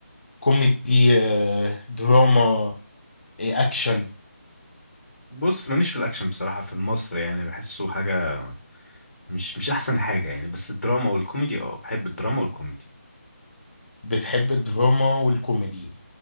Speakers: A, on the left; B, on the left.
A: كوميدي آه، دراما إيه اكشن
B: بص ماليش في الاكشن بصراحة في المصري يعني بحسه حاجة مش مش احسن حاجة يعني بس الدراما والكوميدي اه بحب الدراما والكوميدي
A: بتحب الدراما والكوميدي